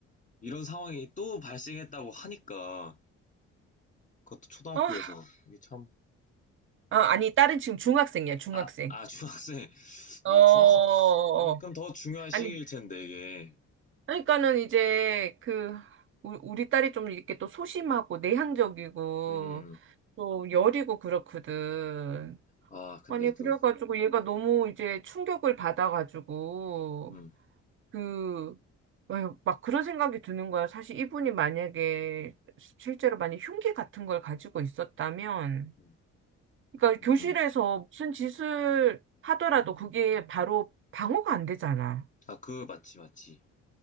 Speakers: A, on the left; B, on the right.
A: 이런 상황이 또 발생했다고 하니까, 그것도 초등학교에서,
B: 아,
A: 이게 참,
B: 아, 아니 딸은 지금 중학생이야, 중학생.
A: 아, 아, 중학생,
B: 어,
A: 아,
B: 어,
A: 중학생,
B: 어.
A: 그럼 더 중요한 시기일
B: 아니
A: 텐데, 이게.
B: 그러니까는 이제 그 우- 우리 딸이 좀 이렇게 또 소심하고 내향적이고
A: 음,
B: 또 여리고 그렇거든.
A: 아, 근데
B: 아니
A: 또,
B: 그래가지고 얘가 너무 이제 충격을 받아가지고
A: 음,
B: 그 막 그런 생각이 드는 거야. 사실 이분이 만약에 실제로 많이 흉기 같은 걸 가지고 있었다면,
A: 음,
B: 그러니까
A: 음.
B: 교실에서 무슨 짓을 하더라도 그게 바로 방어가 안 되잖아.
A: 아, 그, 맞지, 맞지.